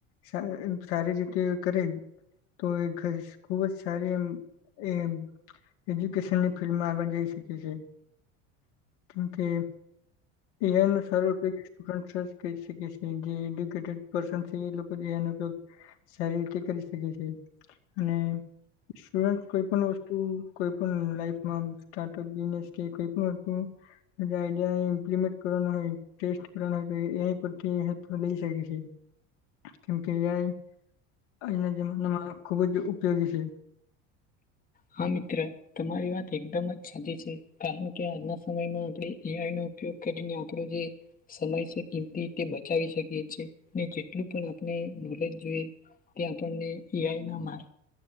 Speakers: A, on the left; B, on the left.
A: સા સારી રીતે કરે તો એ ખુબ જ સારી એમ. એ એજ્યુકેશનની ફિલ્ડમાં આગળ જઈ શકી છે, કેમ કે. એ સાર્ટુડ કહી શકે છે જે એડ્યુકેટેડ પ. <unintelligible> એ લોકો એનો ઉપયોગ સારી રીતે કરી શકે છે, અને. શર કઈ પણ વસ્તુ કોઈ પણ લાઈફમાં સ્ટાર્ટઅપ બિનેસ કે કોઈ પણ વસ્તુ આઈડિયા મ્પ્લીમેન્ટ. કરવાયટે કરવાય એથી. <unintelligible> છેી <unintelligible> કેમ કે એ આઈ જમાનામાં ખુબ જ ઉપયોગી છે.
B: હા મિત્ર તમારી વાત એકદમ જ સાચી છે, કારણ કે આજના સમયમાં આપણે એ આઈ નો ઉપયોગ કરીને આપણું જે સમય છે કિમતી તે બચાવી શકીએ છીએ, ને જેટલું પણ આપણે નોલેજ જોઈએ તે આપણને એ આઈ ના માર